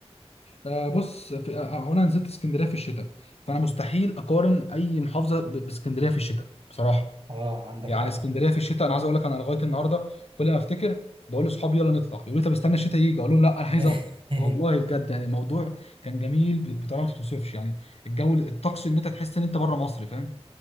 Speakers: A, on the left; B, on the right.
A: آه بص في... آه، آه، هو انا نزلت اسكندريه في الشتاء فانا مستحيل اقارن اي محافظه ب- باسكندريه في الشتاء بصراحه
B: اه عندك
A: يعني
B: حق
A: اسكندريه في الشتاء انا عايز اقول لك انا لغايه النهارده كل ما افتكر بقول لاصحابي يلا نطلع يقولوا لي طب استنى الشتاء يجي اقول لهم لا انا عايز
B: <laughs>
A: اطلع والله بجد يعني الموضوع كان جميل ب- بطريقه ما تتوصفش يعني الجو الطقس ان انت تحس ان انت بره مصر فاهم